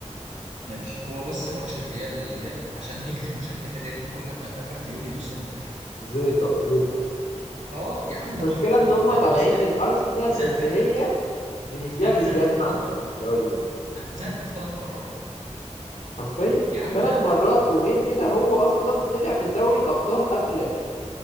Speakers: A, on the right; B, on the left.
A: ماشي هو بس ماتش الريال اللي جاي عشان نكتم مشجعين الريال اللي كل لما يقابل واحد يقول لي دوس انتر
B: زيطة زيطة
A: اه يا عم
B: المشكلة
A: ده انا ده
B: ان
A: انا
B: هم
A: ده
B: طالعين
A: انا ماسكك
B: من ارسنال
A: زنقك
B: اللي هي
A: ت-
B: بنديها
A: انا
B: بالجزمة
A: زنقك ثلاث
B: عندنا
A: مرات
B: في الدوري الانجليزي
A: انا زنقك ثلاث مرات
B: حرفيا
A: يا عم
B: ثلاث
A: لا
B: مرات وغير كده هو اصلا طلع من دوري الابطال قبلك